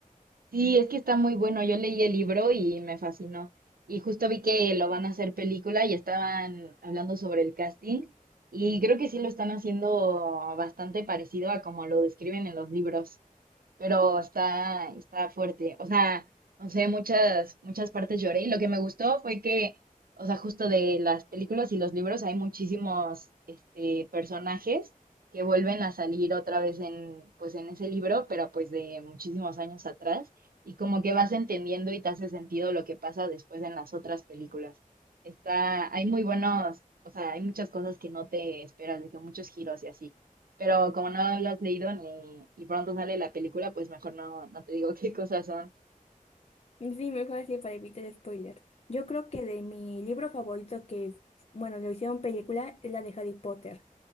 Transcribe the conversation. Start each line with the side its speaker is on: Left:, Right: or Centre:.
Right: Sí, es que está muy bueno. Yo leí el libro y me fascinó. Y justo vi que lo van a hacer película y estaban hablando sobre el casting. Y creo que sí lo están haciendo bastante parecido a como lo describen en los libros pero está, está fuerte. O sea, no sé, muchas, muchas partes lloré. Y lo que me gustó fue que, o sea, justo de las películas y los libros hay muchísimos este, personajes que vuelven a salir otra vez en, pues, en ese libro, pero pues de muchísimos años atrás. Y como que vas entendiendo y te hace sentido lo que pasa después en las otras películas. Está, hay muy buenos, o sea, hay muchas cosas que no te esperas, de que muchos giros y así. Pero como no lo has leído ni y pronto sale la película, pues mejor no, no te digo <laughs> qué cosas son.
Left: Sí, mejor así para evitar spoiler. Yo creo que de mi libro favorito que, bueno, lo hicieron película es la de Harry Potter.